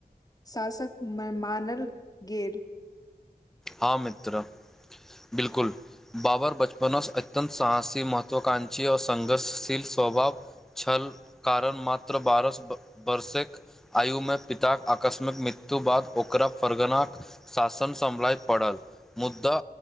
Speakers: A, on the left (about 25°); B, in the centre.
A: शास कऽ मानल गेल
B: हँ मित्र बिल्कूल। बाबर बचपनसँ अत्यन्त साहसी महत्वाकाक्षीओ संघर्षशील स्वभाव छल कारण मात्र बारह वर्षकऽ आयुमे पिताक आकस्मिक मृत्यु बाद ओकरा परगनाक शासन सम्लय पड़ल मुदा